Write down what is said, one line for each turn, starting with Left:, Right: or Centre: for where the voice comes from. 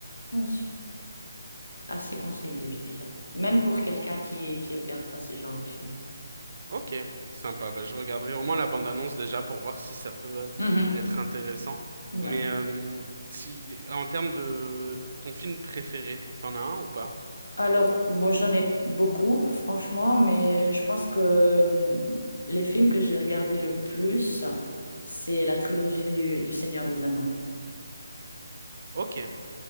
Left: non, c'est assez conseillé, je dirais. Même pour quelqu'un
Right: Ok.
Left: qui qui regarde pas ce genre de film.
Right: Ok, sympa. Bah, je regarderai au moins la bande-annonce déjà pour voir si ça peut euh,
Left: Mhm.
Right: être intéressant.
Left: Ouais.
Right: Mais euh, si, en termes de ton film préféré, t'en as un ou pas?
Left: Alors, bon, j'en ai beaucoup, franchement, mais je pense que euh, les films que j'ai regardés le plus, c'est la trilogie du, du Seigneur des Anneaux.
Right: Ok,